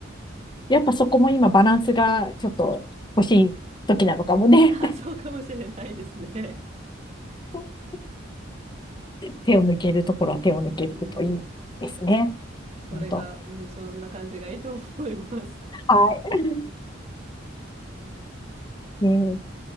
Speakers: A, on the left; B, on the right.
A: やっぱそこも今バランスがちょっと欲しい時なのかもね。
B: <laughs> あ、そうかもしれないですね。
A: <laughs> 手を抜けるところは手を抜けるといいですね。
B: うんうん。それが、
A: 本当。
B: うん、そんな感じがいいと思います。
A: はい。ねえ